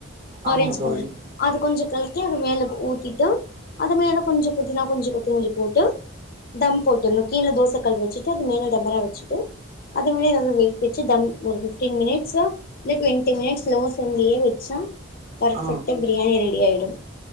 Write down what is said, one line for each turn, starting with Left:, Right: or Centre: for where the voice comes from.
Left: ஆரஞ்சு
Right: ஆமாங்க தோழி
Left: கலர் அது கொஞ்சோ கலர் அது மேல ஊத்திட்டு அது மேல கொஞ்சோ புதினா கொஞ்ச கொத்தமலி போட்டு தம் போட்டுர்ணு கீழ தோசக்கல் வச்சிட்டு அது மேல டபரா வச்சுட்டு அது மே நல்ல வெயிட் வச்சி தம் ஒரு ஃபிப்டீன் மினிட்ஸா இல்ல டொண்ட்டி மினிட்ஸ் லோ ஃவிளேம்லயே வச்சா பர்ஃபெக்டா
Right: ஆ
Left: பிரியாணி ரெடி ஆயிடு